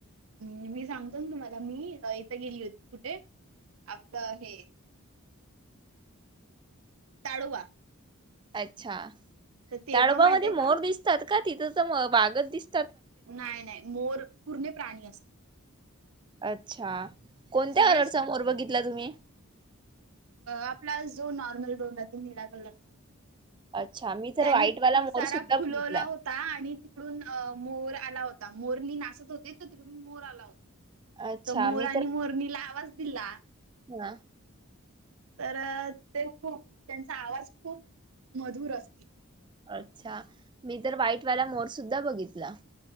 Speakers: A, on the right; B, on the right.
A: हम्म मी सांगतो ना तुम्हाला मी इथं गेली होती कुठे आपलं हे ताडोबा
B: अच्छा
A: तर तेव्हा
B: ताडोबा
A: माहितय
B: मध्ये मोर
A: का
B: दिसतात का तिथं तर वाघच दिसत.
A: नाही नाही मोर पूर्ण प्राणी असतात.
B: अच्छा कोणत्या
A: सगळेच
B: कलरचा मोर बघितला तुम्ही?
A: प्र आपला जो नॉर्मल रंग निळा कलरचा
B: अच्छा मी तर
A: त्यांनी
B: व्हाईटवाला
A: पिसारा
B: मोर सुद्धा
A: फुलवला
B: बघितला.
A: होता आणि तिकडून मोर आला होता मोरणी नाचत होती तर तिथून मोर आला होता
B: अच्छा
A: तर मोर
B: मी
A: आणि मोरणीला आवाज दिला
B: हा
A: तर ते खूप त्यांचा आवाज खूप मधुर असते
B: अच्छा मी तर व्हाईटवाला मोर सुद्धा बघितला